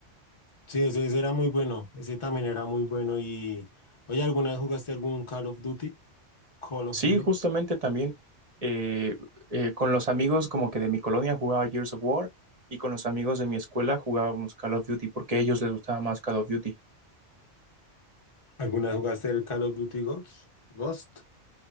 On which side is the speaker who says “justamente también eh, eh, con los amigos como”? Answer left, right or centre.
Right